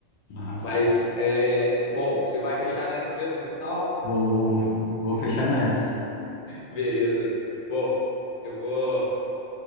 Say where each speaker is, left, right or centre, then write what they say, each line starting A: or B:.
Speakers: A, on the left (about 90°); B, on the left (about 40°).
A: Nossa.
B: Mas, é, bom, você vai fechar nessa mesmo, futsal?
A: Vou, vou vou fechar nessa.
B: Beleza. Bom, eu vou.